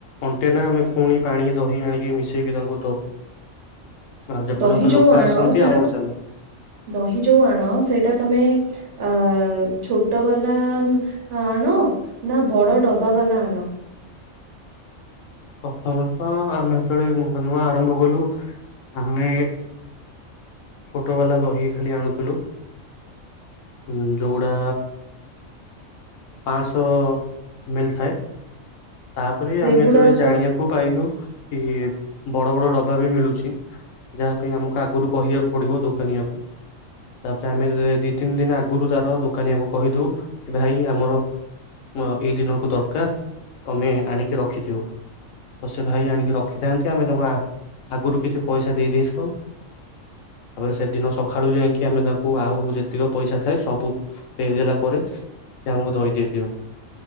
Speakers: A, on the left; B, on the right.
A: ଅଣ୍ଟେ ନା ଆମେ ପୁଣି ପାଣି ଦହି ଆଣିକି ମିଶେଇକି ତାଙ୍କୁ ଦଉ। ଆଉ ଯେପର୍ଯ୍ୟନ୍ତ
B: ଦହି ଯୋଉ
A: ଲୋକ
B: ଆଣ
A: ଆସନ୍ତି
B: ସେଇଟା
A: ଆମର ଚାଲେ।
B: ଦହି ଯଉ ଆଣ ସେଇଟା ତମେ ଅ ଛୋଟ ବାଲା ଆଣ ନା ବଡ ଡବା ବାଲା ଆଣ?
A: ପ୍ରଥମରୁ ତ ଆମେ ଯେତେବେଳେ ନୂଆ ନୂଆ ଆରମ୍ଭ କଲୁ ଆମେ ଛୋଟ ବାଲା ଦହିକି ଖାଲି ଆଣୁଥୁଲୁ। ହୁଁ ଯଉଗୁଡା ପାଁ-ଶ ମିଳିଥଏ ଥାଏ। ତାପରେ
B: ସେଗୁଡାକ
A: ଆମେ ଯେତେବେଳେ ଜାଣିବାକୁ
B: ତ
A: ପାଇଲୁ କି ବଡ ବଡ ଡବା ବି ମିଳୁଛି ଯାହା ପାଇଁ ଆମକୁ ଆଗରୁ କହିବାକୁ ପଡିବ ଦୋକାନୀଆ କୁ। ତାପରେ ଆମେ ଦି ତିନି ଦିନ ଆଗରୁ ତାର ଦୋକାନୀଆକୁ କହିଦଉ କି ଭାଇ ଆମର ମୁଁ ଆଉ -ଏଇ ଦିନକୁ ଦରକାର୍ ତମେ ଆଣିକି ରଖିଥିବ। ତ ସେ ଭାଇ ଆଣିକି ରଖିଥାନ୍ତି ଆମେ ତାଙ୍କୁ ଆ- ଆଗୁରୁ କିଛି ପଇସା ଦେଇଦେଇସାଉ। ତାପରେ ସେଦିନ ସଖାଳୁ ଯାଇକି ଆମେ ତାଙ୍କୁ ଆଉ ଯେତିକ ପଇସା ଥାଏ ସବୁ ଦେଇଦେଲା ପରେ ସେ ଆମକୁ ଦହି ଦେଇଦିଅନ୍ତି।